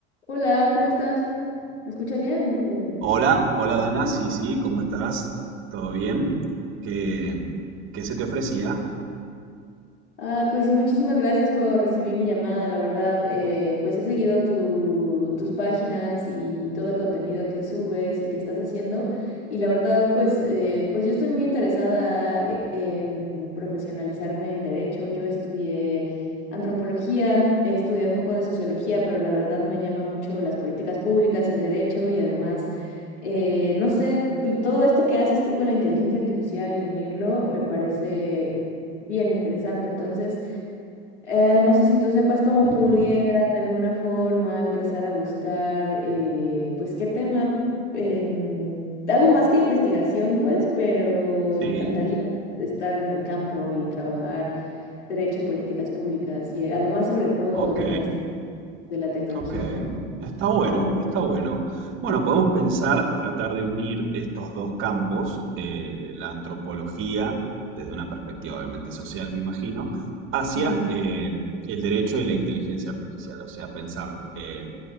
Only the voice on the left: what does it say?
Hola, ¿cómo estás? ¿Me escuchas bien, eh,
María?
Ah, pues muchísimas gracias por recibir mi llamada, la verdad, eh, pues he seguido tu- tus páginas y todo el contenido que subes y que estás haciendo y la verdad, pues, eh, pues yo estoy muy interesada e- en profesionalizarme en derecho. Yo estudié antropología, estudié un poco de sociología, pero la verdad me llama mucho las políticas públicas, el derecho y además... eh, no sé, pues, todo esto que haces tú con la inteligencia artificial y unirlo me parece bien interesante. Entonces, eh, no sé si tú sepas cómo
pudiera de alguna forma empezar a buscar, eh, pues, qué tema. em, hago más que investigación, pues, pero
me encantaría estar en el campo y trabajar derecho, políticas públicas y eh, además, sobre todo,
con esto de la tecnología,
¿no?
¿Cómo ves?
Ujú.